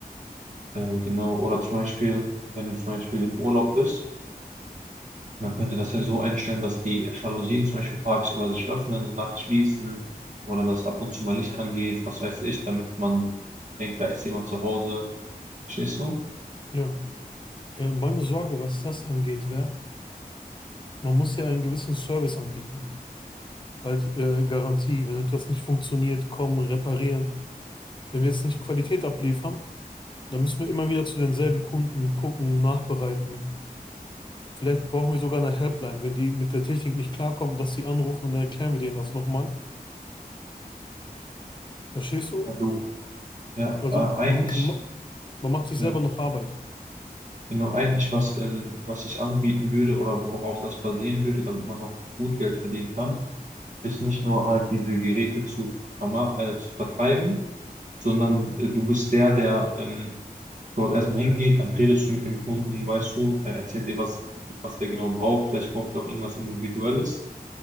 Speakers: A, on the right; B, on the left.
A: äh, genau, oder zum Beispiel, wenn du zum Beispiel im Urlaub bist, man könnte das ja so einstellen, dass die Jalousien zum Beispiel tagsüber sich öffnen und nachts schließen oder dass ab und zu mal Licht angeht, was weiß ich, damit man denkt, da ist jemand zu Hause. Verstehst du?
B: ja. Äh, meine Sorge, was das angeht, wäre, man muss ja einen gewissen Service anbieten. Halt äh, Garantie, wenn etwas nicht funktioniert, kommen, reparieren. Wenn wir jetzt nicht Qualität abliefern, dann müssen wir immer wieder zu denselben Kunden gucken, nachbereiten. Vielleicht brauchen wir sogar eine Helpline, wenn die mit der Technik nicht klarkommen, dass sie anrufen und dann erklären wir denen das nochmal. Verstehst du?
A: Ja, Du, Ja,
B: Also
A: äh, eigentlich,
B: man, man man macht sich
A: ja,
B: selber noch Arbeit.
A: genau, eigentlich, was, ähm, was ich anbieten würde oder worauf das basieren würde, damit man noch gut Geld verdienen kann, ist nicht nur halt diese Geräte zu, verma- äh, zu vertreiben, sondern äh, du bist der, der ähm, dort erstmal hingeht, dann redest du mit dem Kunden, weißt du, er erzählt dir, was, was der genau braucht, vielleicht braucht er auch irgendwas Individuelles.